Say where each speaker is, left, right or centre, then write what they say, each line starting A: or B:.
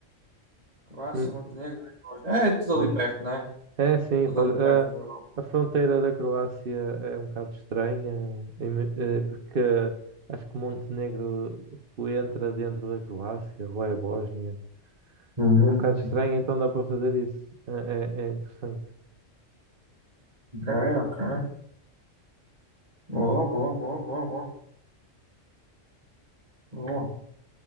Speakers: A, on the right (about 30°); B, on the right (about 50°).
A: Croácia,
B: Hum,
A: Montenegro. É tudo
B: hum.
A: ali perto, né?
B: É, sim,
A: Tudo
B: faz-
A: ali perto
B: a,
A: da Europa.
B: a fronteira da Croácia é um bocado estranha, em- eh, porque acho que Montenegro, tipo, entra dentro da Croácia, ou é Bósnia.
A: Uhum.
B: É um bocado estranho, então dá para fazer isso. É, é- é interessante.
A: Ok, ok. Boa, boa, boa, boa, boa. boa.